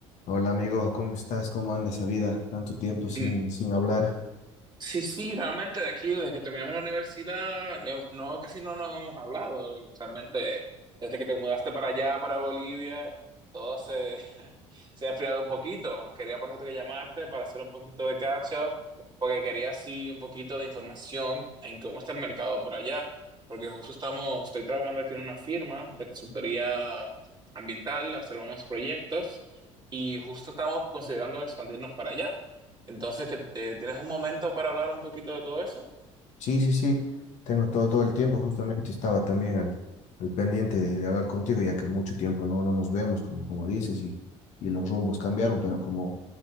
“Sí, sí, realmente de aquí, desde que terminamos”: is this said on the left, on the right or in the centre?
Right